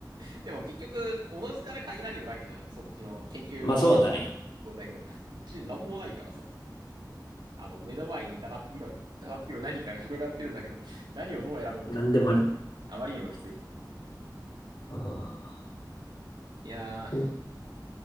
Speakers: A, on the right; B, on the left.
A: ー、でも結局、おのずから限られるわけじゃん、そっちの研究分野というか。
B: まあそうだね。
A: そう、だけど、こっちなんもないからさ、あの、目の前にだだっ広い、だだっ広い何か広がってるんだけど、何をどう選べとって感じで、
B: なんでもあり。
A: あまりにもきつい。
B: ああ、
A: いやー、
B: そう